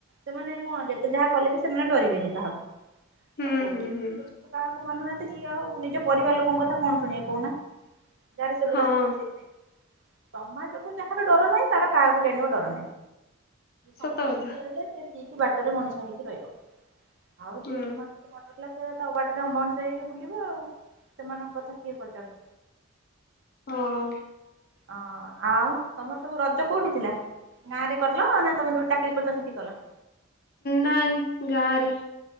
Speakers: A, on the right; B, on the left.
A: ସେମାନେ କଣ ଯେତେ ଯାହା କଲେ ବି ସେମାନେ ଡରିବେନେଇ କାହାକୁ,
B: ହୁଁ
A: ଆଉ ପୋଲିସ୍
B: ହୁଁ ହୁଁ
A: କାହାକୁ ମାନୁନାହାନ୍ତି ସିଏ ଆଉ ନିଜ ପରିବାର ଲୋକଙ୍କ କଥା କଣ ଶୁଣିବେ କହୁନା? ଯାହାର ସେଗୁଡା
B: ହଁ
A: ସବୁ ଖାତିର ନାହିଁ। ସମାଜକୁ ଯାହାର ଡର ନାହିଁ ତାର କାହାକୁ ଜାଣିବ ଡର ନାହିଁ,
B: ସତ
A: ସମାଜକୁ
B: କଥା
A: ଡରିଲେ ସେ ଠିକ୍ ବାଟରେ ମଣିଷ ହେଇକି ରହିବ, ଆଉ ଯିଏ
B: ହୁଁ
A: ସମାଜକୁ ନ ଡରିଲା ସେ ତା ବାଟରେ ଅମଣିଷ ହେଇକି ବୁଲିବ ଆଉ, ସେମାନଙ୍କ କଥା କିଏ ପଚାରୁଛି?
B: ହଁ।
A: ଅଁ ଆଉ ତମର ସବୁ ରଜ କୋଉଠି ଥିଲା, ଗାଁରେ କଲ ନା ତମେ ଯୋଉଠି ଚାକିରି କରୁଛ ସେଠି କଲ?
B: ନାଇଁ ଗାଁ ରେ।